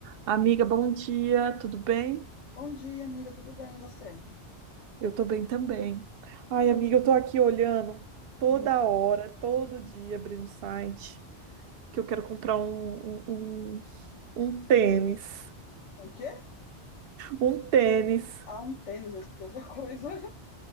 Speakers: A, on the right; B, on the left.
A: Amiga, bom dia, tudo bem?
B: Bom dia, amiga, tudo bem? E você?
A: Eu tô bem também. Ai, amiga, eu tô aqui olhando toda
B: Hum,
A: hora, todo dia, abrindo o site, que eu quero comprar um, um, um, um tênis.
B: o quê?
A: Um tênis.
B: Ah, um tênis, eu escutei outra coisa.